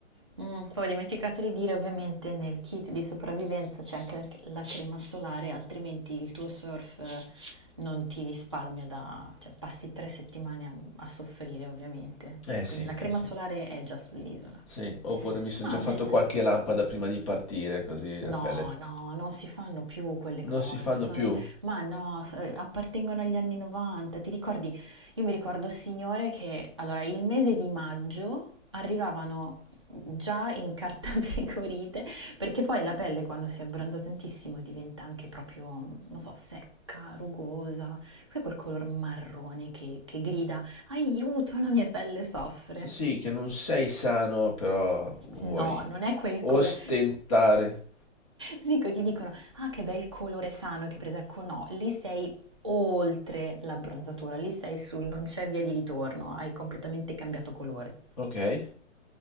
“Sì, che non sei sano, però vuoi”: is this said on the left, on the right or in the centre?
Left